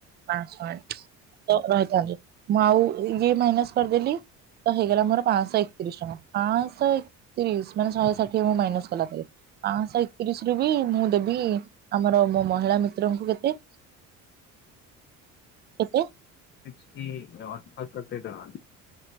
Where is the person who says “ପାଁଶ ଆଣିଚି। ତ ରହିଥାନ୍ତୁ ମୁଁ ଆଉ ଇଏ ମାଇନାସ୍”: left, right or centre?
Right